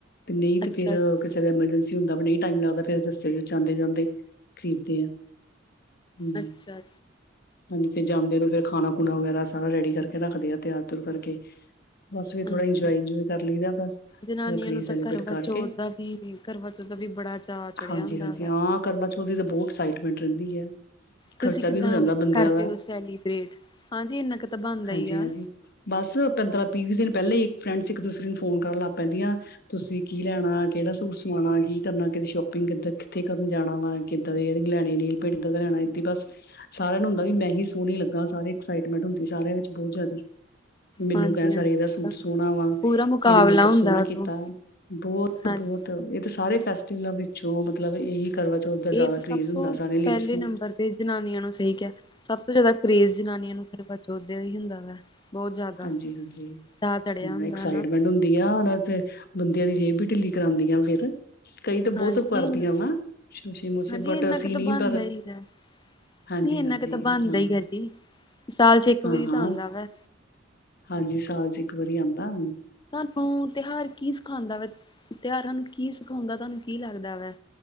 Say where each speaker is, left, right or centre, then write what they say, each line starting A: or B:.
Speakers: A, on the left; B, on the left.
A: ਤੇ ਨਹੀਂ ਤੇ
B: ਅੱਛਾ
A: ਫਿਰ ਕਿਸੇ
B: ਜੀ
A: ਦਾ ਐਮਰਜੈਂਸੀ ਹੁੰਦਾ ਨਹੀਂ ਟਾਈਮ ਲੱਗਦਾ ਫਿਰ ਰਸਤੇ ਚ‌ ਜਾਂਦੇ ਜਾਂਦੇ ਖਰੀਦ ਦੇ ਆ ਹੂੰ,,,
B: ਅੱਛਾ
A: ਹਾਂਜੀ ਫਿਰ ਜਾਂਦੇ ਨੂੰ ਫਿਰ ਖਾਣਾ ਖੁਣਾ ਵਗੈਰਾ ਸਾਰਾ ਰੈਡੀ ਕਰਕੇ ਰੱਖਦੇ ਆ ਤਿਆਰ ਤੁਰ ਕਰਕੇ ਬਸ
B: ਜੀ।
A: ਫਿਰ ਥੋੜਾ ਇੰਜੋਏ ਇੰਜੋਏ ਕਰ ਲਈਦਾ ਬਸ
B: ਜਨਾਨੀਆਂ
A: ਰੱਖੜੀ
B: ਨੂੰ ਤਾਂ
A: ਸੈਲੀਬ੍ਰੇਟ
B: ਕਰਵਾ
A: ਕਰਕੇ
B: ਚੌਥ ਦਾ ਵੀ ਕਰਵਾ ਦਾ ਵੀ ਬੜਾ ਚਾਅ ਚੜਿਆ
A: ਹਾਂਜੀ
B: ਹੁੰਦਾ
A: ਹਾਂਜੀ
B: ਵੇ
A: ਹਾਂ ਕਰਵਾ ਚੌਥ ਦਾ ਬਹੁਤ ਐਕਸਾਈਟਮੈਂਟ ਰਹਿੰਦੀ ਹੈ।
B: ਤੁਸੀਂ
A: ਖਰਚਾ
B: ਕਿੱਦਾਂ
A: ਵੀ ਹੋ ਜਾਂਦਾ ਬੰਦਿਆਂ
B: ਕਰਦੇ
A: ਦਾ
B: ਹੋ ਸੈਲੀਬਰੇਟ ਹਾਂਜੀ ਇੰਨਾ ਤਾ ਬਣਦਾ
A: ਹਾਂਜੀ-ਹਾਂਜੀ
B: ਹੀ ਹੈ।
A: ਬਸ ਪੰਦਰਾਂ ਵੀਹ ਵੀ ਦਿਨ ਪਹਿਲੇ ਹੀ ਫਰੈਂਡਸ ਇੱਕ ਦੂਸਰੇ ਨੂੰ ਫੋਨ ਕਰਨ ਲੱ ਕਹਿੰਦੀਆਂ ਤੁਸੀਂ ਕੀ ਲੈਣਾ ਕਿਹੜਾ ਸੂਟ ਸਵਾਣਾ ਕੀ ਕਰਨਾ ਕਿਦੀ ਸ਼ੋ ‍‌ ਕ‌ਈ ਕਿੱਦਾਂ ਕਿੱਥੇ ਕਦੋ ਜਾਣਾ ਵਾ ਕਿਦਾਂ ਈਅਰਿੰਗ ਲੈਣੀ ਲੀਲ ਪੇਡ ਇਦਾਂ ਦਾ ਲੈਣਾ ਏ ਬਸ ਸਾਰਿਆਂ ਨੂੰ ਹੁੰਦਾ ਵੀ ਮੈਂ ਹੀ ਸੋਹਣੀ ਲੱਗਾ ਸਾਰੇ ਐਕਸਾਈਟਮੈਂਟ ਹੁੰਦੀ ਸਾਰਿਆਂ ਵਿੱਚ ਬਹੁਤ ਜਿਆਦੀ ਮੈਨੂੰ
B: ਹਾਂਜੀ-ਹਾਂਜੀ।
A: ਕਹਿਣ ਸਰੀ ਦਾ ਸੂਟ ਸੋਹਣਾ ਵਾ
B: ਪੂਰਾ ਮੁਕਾਬਲਾ
A: ਇਹਨੇ ਮੇਕਅਪ
B: ਹੁੰਦਾ
A: ਸੋਹਣਾ
B: ਉਦੋਂ
A: ਕੀਤਾ ਬਹੁਤ
B: ਹਾਂਜੀ
A: ਬਹੁਤ ਬਹੁਤ ਇਹ ਤਾਂ ਸਾਰੇ ਫੈਸਟੀਵਲਾਂ ਵਿੱਚੋਂ ਮਤਲਬ ਇਹੀ ਕਰਵਾ ਚੌਥ ਦਾ
B: ਇਹ
A: ਜ਼ਿਆਦਾ
B: ਤਾਂ
A: ਕਰੇਜ਼
B: ਸਭ
A: ਹੁੰਦਾ
B: ਤੋਂ
A: ਸਾਰੇ ਲੇਡੀਜ਼
B: ਪਹਿਲੇ
A: ਨੂੰ
B: ਨੰਬਰ ਤੇ ਜਨਾਨੀਆਂ ਨੂੰ ਸਹੀ ਕਿਹਾ ਸਭ ਤੋਂ ਜ਼ਿਆਦਾ ਕਰੇਜ਼ ਜਨਾਨੀਆਂ ਨੂੰ ਕਰਵਾ ਚੌਥ ਦਾ ਹੀ ਹੁੰਦਾ ਵਾ ਬਹੁਤ ਜ਼ਿਆਦਾ
A: ਹਾਂਜੀ ਹਾਂਜੀ
B: ਚਾਅ ਚੜਿਆ
A: ਹੁਣ
B: ਹੁੰਦਾ
A: ਐਕਸਾਈਟਮੈਂਟ
B: ਹਨਾ
A: ਹੁੰਦੀ ਆ ਉਹਦੇ ਤੇ ਬੰਦਿਆਂ ਦੀ ਜੇਬ ਵੀ ਢਿੱਲੀ ਕਰਾਉਂਦੀਆਂ ਫਿਰ ਕਈ ਤਾਂ ਬਹੁਤ
B: ਹਾਂਜੀ
A: ਕਰਦੀਆਂ
B: ਇਨ-
A: ਵਾ ਸ਼ੋਸ਼ੇ ਮੋਸ਼ੇ
B: ਹਾਂਜੀ
A: ਬਟ
B: ਇੰਨਾ
A: ਅਸੀਂ
B: ਕੁ ਤਾਂ
A: ਨੀ
B: ਬਣਦਾ
A: ਪਰ
B: ਹੀ ਹੈ। ਨਹੀਂ
A: ਹਾਂਜੀ
B: ਇੰਨਾ
A: ਹਾਂਜੀ
B: ਕੁ ਤਾਂ ਬਣਦਾ
A: ਹਾਂ
B: ਹੀ ਹੈ ਜੀ। ਸਾਲ ਚ ਇੱਕ
A: ਹਾਂ
B: ਵਾਰੀ ਤਾਂ
A: ਹਾਂ
B: ਆਉਂਦਾ ਵਾ
A: ਹਾਂਜੀ ਸਾਲ ਚ ਇੱਕ ਵਾਰੀ ਆਉਂਦਾ
B: ਹ ਤਿਉਹਾਰ ਕੀ ਸਿਖਾਉਂਦਾ ਵਾ ਤਿਉਹਾਰਾਂ ਨੂੰ ਕੀ ਸਿਖਾਉਂਦਾ ਤੁਹਾਨੂੰ ਕੀ ਲੱਗਦਾ ਵਾ